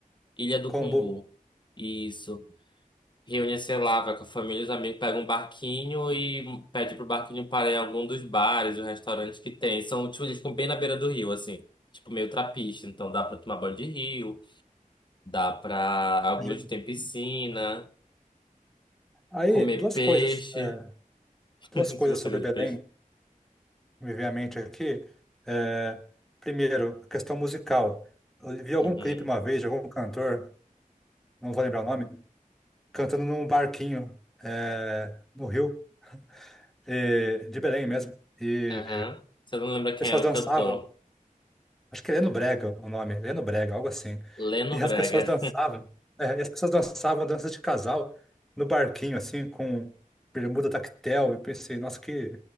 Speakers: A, on the left; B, in the centre.
A: Ilha do
B: Kombu.
A: Cumbu. Isso. Reúne, sei lá, vai com a família, os amigos, pega um barquinho e pede pro barquinho parar em algum dos bares, os restaurantes que tem. São, tipo, eles ficam bem na beira do rio, assim. Tipo, meio trapiche. Então dá pra tomar banho de rio, dá pra... Alguns
B: Imagino.
A: tem piscina,
B: Aí,
A: comer
B: duas
A: peixe.
B: coisas. é,
A: <laughs>
B: duas coisas
A: Se você
B: sobre
A: gosta
B: Belém
A: de peixe.
B: me vem à mente aqui. É, primeiro, a questão musical. Eu vi algum
A: Uhum.
B: clipe uma vez de algum cantor, não vou lembrar o nome, cantando num barquinho, é, no Rio, e- de Belém mesmo. E
A: Aham. Você não lembra quem
B: pessoas
A: é o
B: dançavam,
A: cantor?
B: acho que é Leno Brega o nome, Leno Brega, algo assim.
A: Leno
B: E
A: Brega.
B: as pessoas dançavam, é, e as pessoas dançavam danças de casal no barquinho, assim, com bermuda tactel. E pensei, nossa, que,